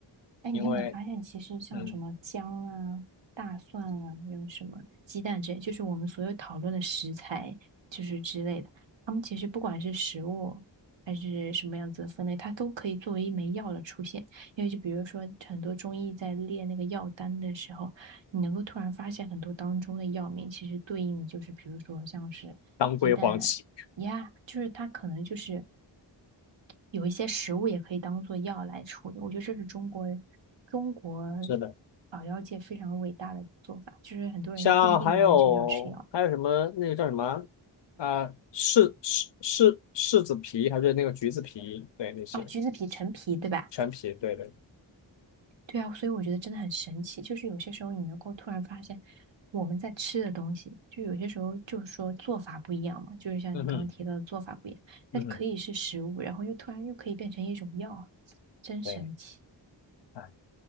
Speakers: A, on the right; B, on the left.
A: 哎，你有没有发现，
B: 因为
A: 其实像什么姜啊、
B: 嗯，
A: 大蒜啊，还有什么鸡蛋之类，就是我们所有讨论的食材，就是之类的，它们其实不管是食物还是什么样子的分类，它都可以作为一枚药的出现。因为就比如说，很多中医在列那个药单的时候，你能够突然发现很多当中的药名，其实对应的就是，比如说像是鸡蛋呀，
B: 当归黄芪，
A: 就是它可能就是。有一些食物也可以当做药来处理。我觉得这是中国中国
B: 是的，
A: 草药界非常伟大的做法，就是很多人就不一定完完全全要吃药。
B: 像还有还有什么那个叫什么啊、柿柿柿柿子皮还是那个橘子皮，对那些
A: 哦，橘子皮、陈皮，对吧？
B: 陈皮，对对
A: 对啊，所以我觉得真的很神奇，就是有些时候你能够突然发现我们在吃的东西，就有些时候就是说做法不一样嘛，就是像你刚刚提到的做法不一样，
B: 嗯哼，嗯哼，
A: 它可以是食物，然后又突然又可以变成一种药，真神奇。
B: 对，哎。